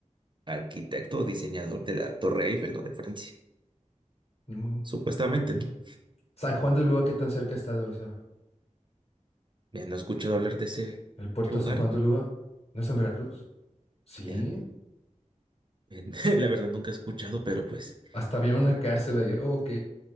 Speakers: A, on the right; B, on the left.
A: arquitecto o diseñador de la Torre Eiffel, ¿no? De Francia.
B: No.
A: Supuestamente, ¿no?
B: San Juan de Ulúa, ¿qué tan cerca está de Orizaba?
A: Ya no he escuchado hablar de ese
B: ¿El puerto
A: lugar.
B: de San Juan de Ulúa? ¿No es en Veracruz? Sí.
A: Ya, <laughs> La verdad nunca he escuchado, pero pues,
B: Hasta había una cárcel ahí. Oh, ok.